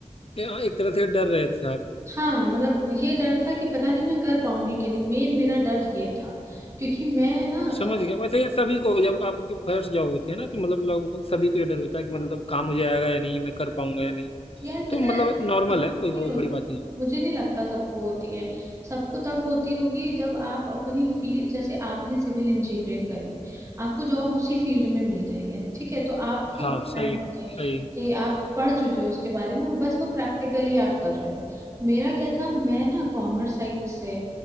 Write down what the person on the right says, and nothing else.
हाँ मतलब ये डर था कि पता नहीं मैं कर पाऊंगी कि नहीं मेन मेरा डर ये था क्योंकि मैं ना अ,
यार
पता
है सबको
नहीं
होता
मुझे नहीं लगता सबको होती है सबको तब होती होगी जब आप अपनी फील्ड जैसे आपने सिविल इंजीनियरिंग करी आपको जॉब उसी फील्ड में मिल रही है ठीक है तो आपको
पता
है
कि
कि आप पढ़ चुके हो उसके बारे में वो बस वो प्रैक्टिकली आप कर रहे हो मेरा क्या था मैं ना कॉमर्स साइड से